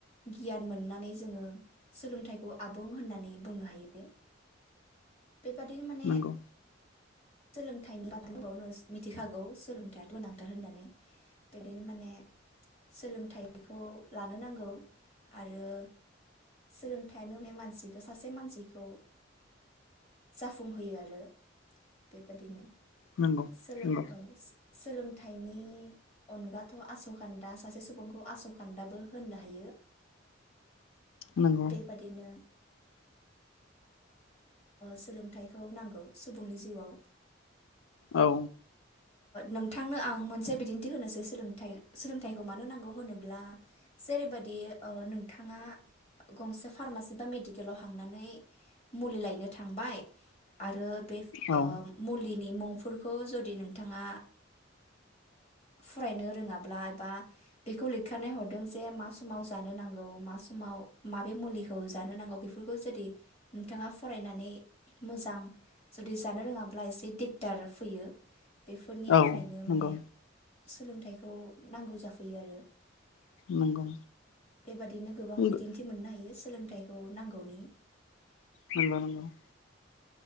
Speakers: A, on the left; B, on the left.
A: गियान मोननानै जोङो सोलोंथाइखौ आबुं होननानै बुंनो हायो बेबादिनो माने
B: नंगौ
A: सोलोंथाइनि बाथ्राखौनो मिथिखागौ सोलोंथाया' गोनां। गोनांथार होननानै बेबादिनो माने सोलोंथाइखौ लानो नांगौ आरो सोलोंथाइयानो मानसिखौ सासे मानसिखौ जाफुंहोयो आरो। बेबादिनो
B: नंगौ
A: सोलों
B: नंगौ
A: औ सोलों सोलोंथाइनि अनगाथ' आस'खान्दा सासे सुबुंखौ आस'खान्दाबो होननो हायो।
B: नंगौ
A: बेबादिनो सोलोंथाइखौ नांगौ सुबुंनि जिउआव
B: औ
A: नोंथांनो आं मोनसे बिदिनथि होनोसै सोलोंथाइ सोलोंथाइखौ मानो नांगौ होनोब्ला जेरैबायदि नोंथाङा गंसे फार्मासि बा मेडिकेलाव हांनानै मुलि लायनो थांबाय आरो बे
B: औ
A: मुलि नि मुंफोरखौ जुदि नों नोंथाङा फरायनो रोङाब्ला एबा बेखौ लिरखानाय हरदों जे मा समाव जानो नांगौ मा समाव माबे मुलिखौ जानो नांगौ बेफोरखौ जुदि नोंथाङा फरायनानै मोजां जुदि जानो रोङाब्ला एसे दिगदार फैयो। बेफोरनि
B: औ
A: थाखायनो माने
B: नंगौ
A: सोलोंथाइखौ नांगौ जाफैयो आरो
B: नंगौ
A: बेबादिनो गोबां
B: नंगौ
A: बिदिन्थि मोननो हायो। सोलोंथाइखौ नांगौनि
B: नग नग <unintelligible>